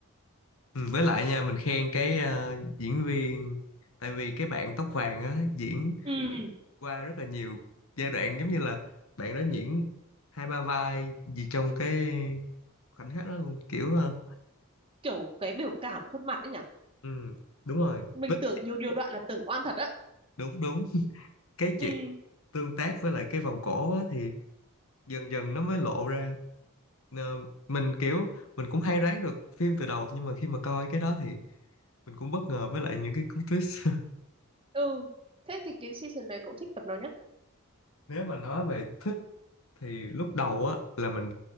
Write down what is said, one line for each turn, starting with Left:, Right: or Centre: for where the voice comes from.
Left: Ừ, với lại nha mình khen cái ờ, diễn viên tại vì cái bạn tóc vàng á diễn
Right: ừ
Left: qua rất là nhiều giai đoạn giống như là bạn đó diễn hai ba vai gì trong cái khoảnh khắc đó luôn kiểu ờ,
Right: kiểu cái biểu cảm khuôn mặt ấy nhỉ
Left: ừ, đúng rồi
Right: mình
Left: Với-
Right: tưởng nhiều nhiều đoạn là tưởng oan thật á
Left: đúng đúng cái
Right: ừ
Left: chuyện tương tác với lại cái vòng cổ á, thì dần dần nó mới lộ ra Nờ, mình kiểu mình cũng hay đoán được phim từ đầu nhưng mà khi mà coi cái đó thì mình cũng bất ngờ với lại những cái cú twist <laughs>
Right: ừ thế thì cái season này cậu thích tập nào nhất
Left: nếu mà nói về thích thì lúc đầu á là mình